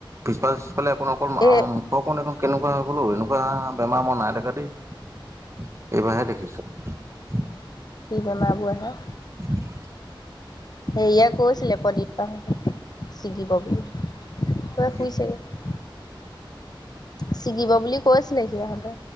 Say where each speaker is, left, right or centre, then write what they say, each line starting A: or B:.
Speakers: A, on the right (about 35°); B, on the left (about 50°).
A: পিছফালৰ কণ অ
B: এই
A: 'মুখ অকণ কেকুৱ হয় বোল এনেকুৱা বেমাৰ মাৰ নাই <unintelligible> এইবাৰাহে লিখিছো।
B: বেমাৰাবোৰ আহে।
A: উ।
B: সেয়াই কৈছিলে প্ৰদীপ পেহা ছিকিব বুলি ক
A: কি
B: শুইছোগে ছিগিব বুলি। কৈছিলে সি সহঁতে